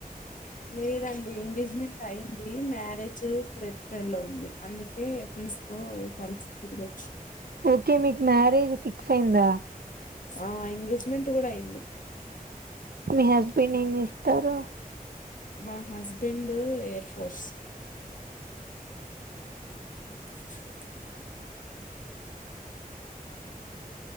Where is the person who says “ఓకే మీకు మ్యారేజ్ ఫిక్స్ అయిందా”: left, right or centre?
Right